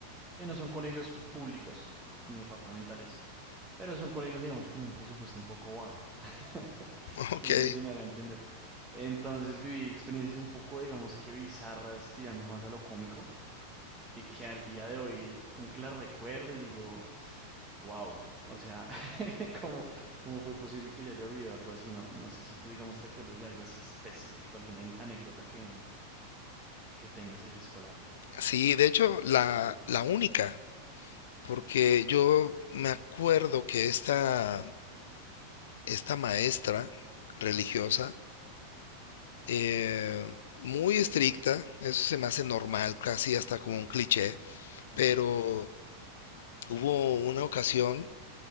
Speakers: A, on the right (about 20°); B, on the left (about 60°).
A: Que no son colegios públicos ni departamentales, pero son colegios, digamos, con un presupuesto un poco bajo. <laughs>
B: <laughs> Ok,
A: No sé si me haga entender. Entonces viví experiencias un poco, digamos que bizarras, tirando más a lo cómico, y que al día de hoy como que las recuerdo y digo, wow, o sea, <laughs> ¿cómo, cómo fue posible que yo haya vivido algo así? No, no sé si tú, digamos, te acuerdas de algo así específico, alguna an- anécdota que, que tengas así escolar.
B: sí, de hecho, la, la única, porque yo me acuerdo que esta, esta maestra religiosa, eh, muy estricta, eso se me hace normal, casi hasta como un cliché,
A: Claro.
B: pero hubo una ocasión